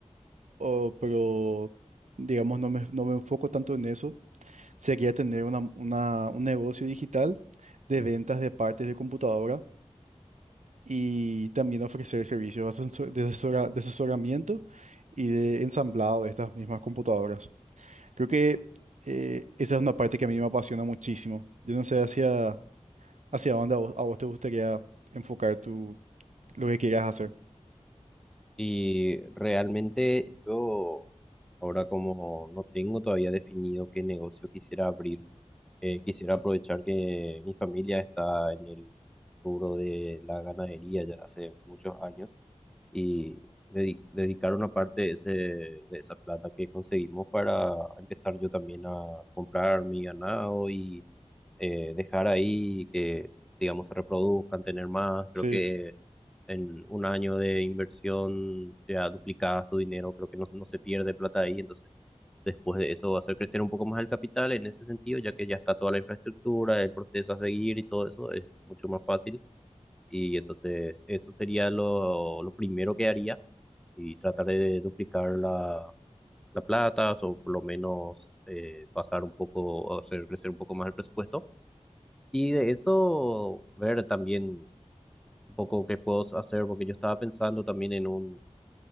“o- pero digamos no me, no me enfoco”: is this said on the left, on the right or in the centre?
Right